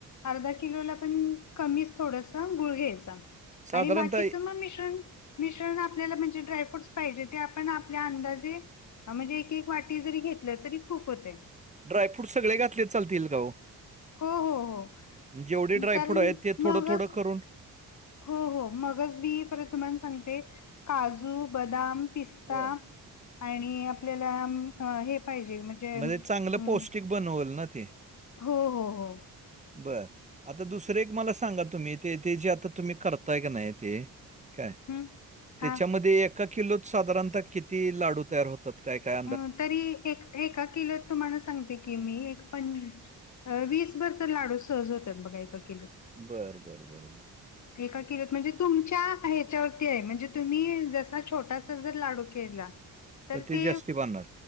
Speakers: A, on the left (about 45°); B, on the right (about 15°).
A: अर्धा किलोला पणं कमीचं थोडंसं गुंळ घ्यांयचा
B: साधारणतः
A: आणि बाकीचं मंग मिश्रण मिश्रण आपल्यांला म्हणजे ड्रायफ्रूटस पाहिजे ते आपणं आपल्यां अंदाजे म्हणजे एक एक वाटी वाटी जरी घेतलं तरी खूंप होते
B: ड्राय फ्रूट सगळें घातले चालतील कां हो
A: हो हो हो
B: जेवढे ड्रायफ्रूट
A: कारण
B: आहेतं ते
A: मगच
B: थोडं थोडं करूंन
A: हो हो मंगचं बी परंत मंग तुम्हांला सांगते कांजू बदांम पिस्ता
B: बर
A: आणि आपल्यांला हे पाहिजे म्हणजे
B: म्हणजे चांगलं
A: अम,
B: पौष्टिक बनवलं नां ते
A: हो हो हो
B: बरं आंता दुसरं एक मलां सांगा तुम्हीं ते ते जे आंता तुम्हीं करतांय आहे की नाहीं ते कायं
A: हम्म हा
B: त्यांच्यामध्ये एका किलोत साधारणतः किती लांडू तयांर होतांत कायं कायं
A: अं तरी एकां एकां किलोत तुम्हांला सांगते की मी एकां प वीसभर तरं लांडू सहज होतांत बघां एकां किलोत
B: बरं बरं बरं बरं
A: एकां किलोत म्हणजे तुमच्यां आहेतं त्यांच्यातील म्हणजे तुम्हीं जसां छोटांसा जरं लांडू केलां तरं
B: तर
A: ते
B: जास्ती बांधणार